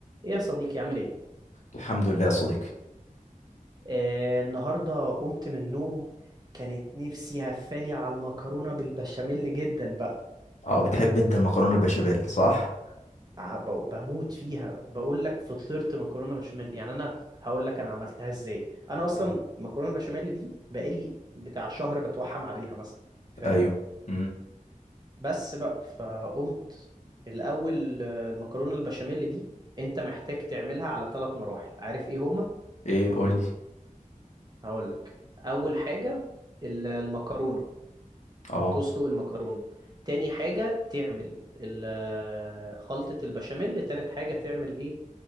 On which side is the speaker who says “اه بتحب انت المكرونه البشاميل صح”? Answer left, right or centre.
Left